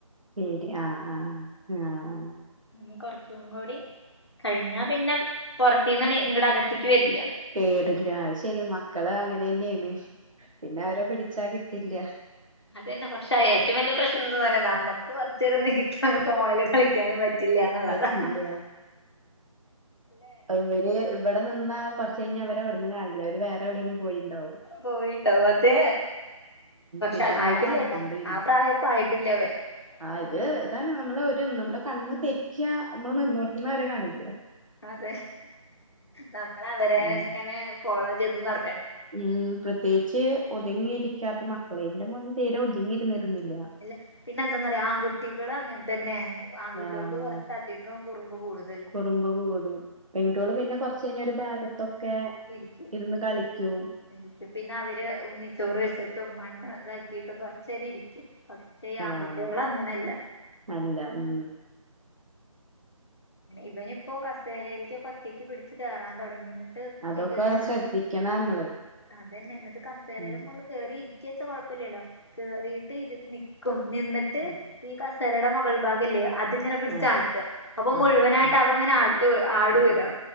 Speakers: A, on the right (about 70°); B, on the left (about 50°).
A: പേടി ആഹ് ആഹ് ആഹ്
B: ഇ കുറച്ചും കൂടി കഴിഞ്ഞാ പിന്നെ പുറത്തന്ന് അകത്തേക്ക് വരില്ല.
A: പേടില്ല അഹ് ശെരി മക്കള് അങ്ങനെ ന്നെണ് പിന്നെ അവരെ പിടിച്ചാ കിട്ടില്ല
B: അതന്നെ പക്ഷെ ഏറ്റവും വലിയ പ്രശ്നം എന്താ പറയാ നമ്മക്ക് കുറച്ചു ന്നിരിക്കാനും ഫോണില് കളിക്കാനും പറ്റില്ലന്നുള്ളതാ.
A: പറ്റില്ല അവര് ഇവിടെ നിന്നാ കുറച്ച് കഴിഞ്ഞാ അവര് അവിടെന്ന് കാണില്ല അവര് വേറെ എവിടെയങ്കലും പോയിട്ടുണ്ടാവും.
B: പോയിണ്ടാവും അത് പക്ഷെ
A: പിന്നാലെ
B: ആയിട്ടില്ലട്ടാ
A: നടേക്കേണ്ടിവരും
B: ആ പ്രായപ്പ ആയിട്ടില്ല അവൻ
A: ആഹ
B: ആവണം
A: ഇത് ഇതാണ് നമ്മള് ഒരു നമ്മുടെ കണ്ണ് തെറ്റിയ നമ്മള് നിന്ന നിർത്തുന്നവരെ കാണൂില്ല
B: അതെ നമ്മള് അവരെ
A: അങ്ങനെ
B: നെ ഇങ്ങനെ ഫോളോ ചെയ്ത് നട
A: ഉം പ്രത്യേകിച്ച് ഒതുങ്ങിയിരിക്കാത്ത മക്കളെ എന്റെ മോനും തീരെ ഒതുങ്ങിയിരുന്നില്ല.
B: ല്ലാ പിന്നെ എന്തെന്നറിയോ ആൺകുട്ടികൾ അങ്ങനെ തന്നെയാ ആൺകുട്ടികൾക്ക്
A: ആഹ്
B: കുറച്ച് അധികം കുറുമ്പ് കൂടു
A: കുറുമ്പ് കൂടും പെൺകുട്ടികൽ പിന്നെ കൊറച്ച കഴിഞ്ഞ ഒരു ഭാഗത്തൊക്കെ
B: ഇക്ക്
A: ഇരുന്ന് കളിക്കൂ
B: ശരിക്കും പിന്നെ അവര് ഉണ്ണിച്ചോറ് വെച്ചിട്ടും മണ്ണ് ഇതാക്കിട്ടും കൊറച്ചരി ഇരിക്കും.
A: ആഹ്
B: ആൺകുട്ടികൾ അങ്ങനെയല്ല.
A: അല്ല ഉം
B: ഇവനിപ്പോ കസേരയില്ക്കൊക്കെ കെട്ടിപിടിച്ചു കേറാൻ തൊടങ്ങി ഇന്നിട്ട്
A: അതൊക്കെ
B: കേറ്ന്ന്
A: ശ്രദ്ധിക്കണം നമ്മള്
B: അതന്നെ എന്നിട്ട് ക പേരെടെ
A: ഉം
B: മോള്ല് കേറി ഇരിക്കാച്ച കൊഴപ്പല്ലല്ലോ. കേറിട്ട് ഇരി നിക്കും നിന്നിട്ട്
A: ആഹ്
B: ഈ കസേരടെ മുകൾ ഭാഗല്ലേ അതിങ്ങനെ പിടിച്ചാട്ട
A: ആഹ്
B: അപ്പം മുഴുവനായിട്ട്
A: ആട്ടും
B: അവങ്ങനെ ആട്ടു ആടൂലോ.
A: ആഹ്